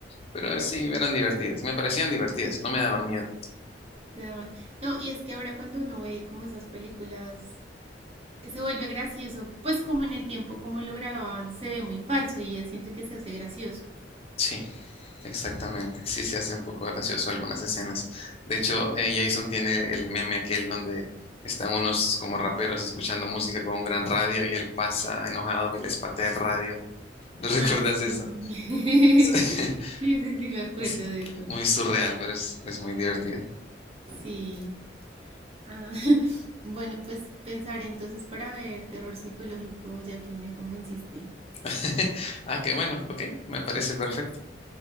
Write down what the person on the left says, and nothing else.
pero sí eran divertidas. Me parecían divertidas, no me daban miedo.
Sí. Exactamente, sí se hace un poco gracioso algunas escenas. De hecho, eh, Jason tiene el meme aquel donde están unos como raperos escuchando música con un gran radio y él pasa enojado y les patea el radio. ¿No recuerdas
eso?
<laughs>
Es
muy surreal, pero es, es muy divertido.
<laughs> Ah, qué bueno, ok, me parece perfecto.